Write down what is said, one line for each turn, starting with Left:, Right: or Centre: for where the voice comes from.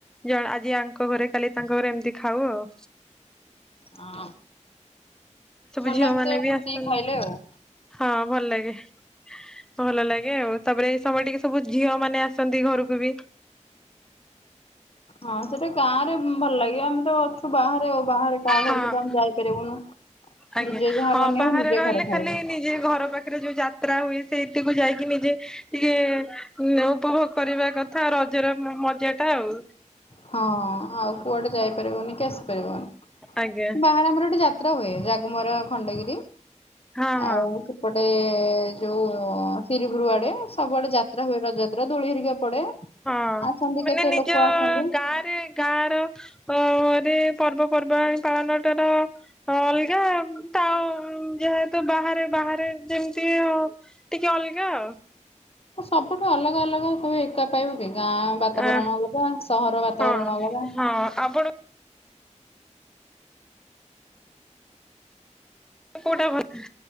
Centre: ଜ ଆଜି ଆଙ୍କ ଘରେ କାଲି ତାଙ୍କ ଘରେ ଏମିତି ଖାଉ ଆଉ।
Left: ହଁ
Centre: ସବୁ
Left: ଭଲ
Centre: ଝିଅ
Left: ଏମିତି
Centre: ମାନେ ବି
Left: ମିଶିକି
Centre: ଆସନ୍ତି
Left: ଖାଇଲେ ଆଉ।
Centre: ହଁ ଭଲ ଲାଗେ ଭଲ ଲାଗେ ଆଉ ତାପରେ ଏଇ ସମୟ ଟିକେ ସବୁ ଝିଅ ମାନେ ଆସ ଆସନ୍ତି ଘରକୁ ବି। <inaudible>
Left: ହଁ ସେଟା ଗାଁରେ ଭଲ ଲାଗିବ ଆମେ ତ ଅଛୁ ବାହାରେ ଆଉ ବାହାରେ କାହା
Centre: ହଁ
Left: ଘରକୁ ତ ଆମେ ଯାଇପାରିବୁନୁ।
Centre: ଆଜ୍ଞା
Left: ନିଜେ ଯାହା
Centre: ହଁ
Left: ବନେଇବୁ
Centre: ବାହାରେ
Left: ନିଜେ
Centre: ରହିଲେ
Left: ଘରେ ଖାଇବୁ
Centre: ଖାଲି ନିଜେ ଘର ପାଖରେ ଯୋଉ ଯା ତା ହୁଏ ସେଇଥିକୁ ଯାଇକି ନିଜେ ଟିକେ ଉଁ ଉପଭୋଗ କରିବା କଥା ରଜର ମଜା ଟା ଆଉ।
Left: ହଁ ଆଉ କୁଆଡେ ଯାଇପାରିବନି କି ଆସିପାରିବନି।
Centre: ଆଜ୍ଞା।
Left: ତାରେ ଆମର ଏଠି ଯାତ୍ରା ହୁଏ ଜାଗମରା ଖଣ୍ଡଗିରି
Centre: ହଁ ହଁ
Left: ଆଉ ପଟେ ଯୋଉ ସିରିପୁରୁ ଆଡେ ସବୁଆଡେ ଯାତ୍ରା ହୁଏ ରଜ ଯାତ୍ରା ଦୋଳି ହରିକା ପଡେ।
Centre: ହଁ
Left: ଆସନ୍ତି
Centre: ମାନେ
Left: କେତେ
Centre: ନିଜ
Left: ଲୋକ
Centre: ଅ
Left: ଆସନ୍ତି
Centre: ଅ ଗାଁ ରେ ଗାଁ ର ଅରେ ପର୍ବପର୍ବାଣି ପାଳନଟାର ହଁ ଅଲଗା ତା ଯେହେତୁ ବାହାରେ ବାହାରେ ଯେମିତି ହ ଟିକେ ଅଲଗା ଆଉ।
Left: ସବୁଠୁ ଅଲଗା ଅଲଗା ସବୁ ଏକା ପାଇବ କି ଗାଁ ବାତାବରଣ
Centre: ଆ
Left: ଅଲଗା ସହର ବାତାବରଣ
Centre: ହଁ
Left: ଅଲଗା।
Centre: ହଁ ଆପଣ? କୋଉଟା ଭଲ